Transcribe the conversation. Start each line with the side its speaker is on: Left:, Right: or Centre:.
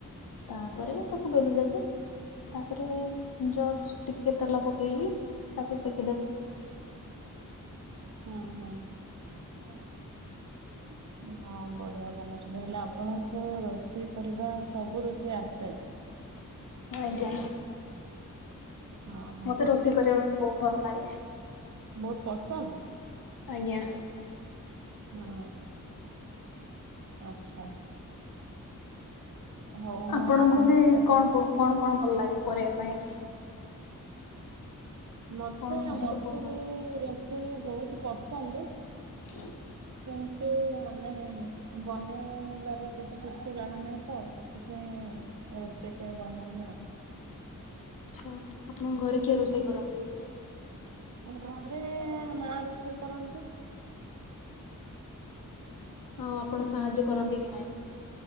Left: ତାପରେ ତାକୁ ବେଲି ଦେବେ ତାପରେ ଜସ୍ ଟିକେ ତେଲ ପକେଇକି ତାକୁ ସେ
Right: ହଁ ହୁଁ ହୁଁ। ହଁ ବଢିଆ ବନଉଛନ୍ତି ହେଲେ ଆପଣଙ୍କୁ ରୋଷେଇ କରିବା ସବୁ ରୋଷେଇ ଆସେ।
Left: ଆଜ୍ଞା।
Right: ହଁ। ହଁ
Left: ମତେ ରୋଷେଇ କରିବା ପାଇଁ ବହୁତ ଭଲ ଲାଗେ।
Right: ବହୁତ ପସନ୍ଦ।
Left: ଆଜ୍ଞା।
Right: ହଁ ଆଚ୍ଛା। ହଉ। ମୁଁ
Left: ଆପଣଙ୍କୁ
Right: ଆପଣଙ୍କ
Left: ବି କଣ କଣ କଣ ଭଲ ଲାଗେ କରିବା ପାଇଁ।
Right: ମତେ
Left: କଣ ଅଧିକ
Right: ମତେ
Left: ପସନ୍ଦ?
Right: ବି ରୋଷେଇ ବହୁତ ପସନ୍ଦ।
Left: <inaudible>
Right: କିନ୍ତୁ ମାନେ ବନେଇବାର ସେତ ଠିକ ସେ ଜଣା ନାହିଁ ତ ସେ ଥିପାଇଁ ରୋଷେଇ କେବେ ବନଉନି ଆଉ।
Left: ଆଛା ଆପଣଙ୍କ ଘରେ କିଏ ରୋଷେଇ କରନ୍ତି।
Right: ମାନେ ଘରେ ମା ରୋଷେଇ କରନ୍ତି।
Left: ହଁ ଆପଣ ସାହାଯ୍ୟ କରନ୍ତି କି ନାହିଁ।